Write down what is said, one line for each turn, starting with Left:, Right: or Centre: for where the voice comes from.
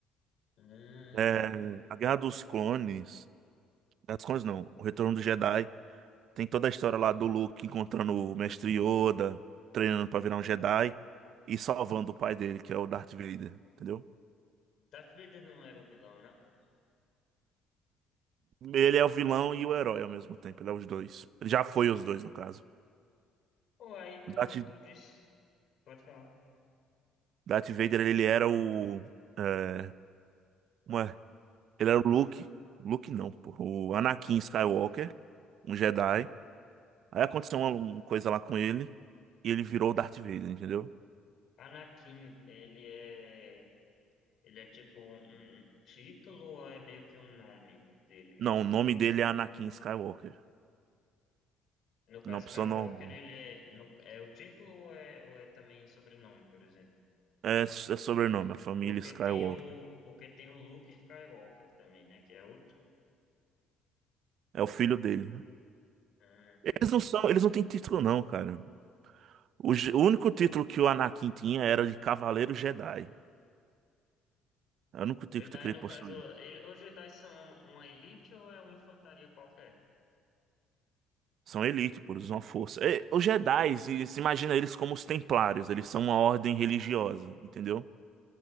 Left: Hum,
Right: É, a Guerra dos Clones. Guerra dos Clones não, o Retorno do Jedi. Tem toda a história lá do Luke encontrando o Mestre Yoda, treinando pra virar um Jedi e salvando o pai dele, que é o Darth Vader, entendeu?
Left: Darth Vader não era o vilão, não?
Right: Ele é o vilão e o herói ao mesmo tempo, ele é os dois. Ele já foi os dois, no caso.
Left: Pô, aí tu,
Right: Darth,
Left: tu disse. Pode falar.
Right: Darth Vader, ele era o. É, como é? Ele era o Luke. Luke não, pô. O Anakin Skywalker, um Jedi. Aí aconteceu uma, uma coisa lá com ele e ele virou o Darth Vader, entendeu?
Left: Anakin, ele é. Ele é tipo um, um título ou é meio que o nome dele mesmo?
Right: Não, o nome
Left: Tipo,
Right: dele é Anakin Skywalker.
Left: no
Right: Ele
Left: caso
Right: é uma pessoa
Left: Skywalker,
Right: normal.
Left: ele é, no- é o título ou é, ou é também sobrenome, por exemplo?
Right: É, é sobrenome, a família
Left: Porque
Right: Skywalker.
Left: tem o, porque tem o Luke Skywalker também, né? Que é outro.
Right: É o filho dele.
Left: Ah.
Right: Eles não são, eles não têm título não, cara. O, ge- o único título que o Anakin tinha era de Cavaleiro Jedi. É o único título
Left: Jedi,
Right: que
Left: no
Right: ele
Left: caso,
Right: possui.
Left: ele, os Jedi são uma elite ou é uma infantaria qualquer?
Right: São elite, pô, eles usam a força. É, os Jedi, se, se imagina eles como os Templários, eles são uma ordem religiosa, entendeu?